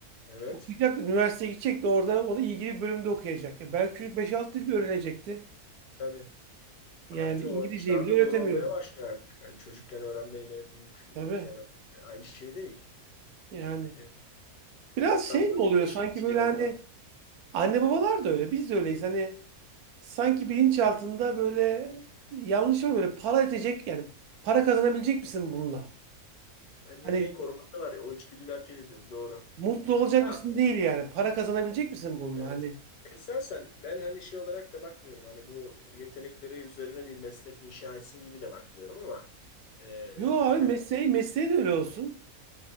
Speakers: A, on the left (about 80°); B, on the right (about 80°).
A: Evet.
B: Okuyacak, üniversiteye gidecek de orada onu ilgili bir bölümde okuyacak. E belki çocuk 5-6 dil bile öğrenecekti.
A: Tabii.
B: Yani
A: Artı
B: İngilizceyi
A: o yaşlarda
B: bile öğretemiyorum.
A: zor olmaya başlıyor artık. Yani çocukken öğrenmeyle büyükken
B: Tabii
A: öğrenme aynı şey değil.
B: yani.
A: Evet.
B: Biraz
A: Satranç
B: şey mi oluyor
A: da
B: sanki
A: şimdi
B: böyle
A: şey oldu.
B: hani anne babalar da öyle biz de öyleyiz. Hani sanki bilinçaltında böyle yanlış mı böyle para edecek yani para kazanabilecek misin bununla?
A: Ebeveyn
B: Hani
A: koruması var ya o içgüdüyü hareket ediyoruz doğru.
B: mutlu olacak
A: Ya
B: mısın değil yani para kazanabilecek misin bununla?
A: evet.
B: Hani
A: Esasen ben hani şey olarak da bakmıyorum. Hani bu yetenekleri üzerine bir meslek inşa etsin gibi de bakmıyorum ama e,
B: yo abi
A: yani
B: mesleği mesleği de öyle olsun.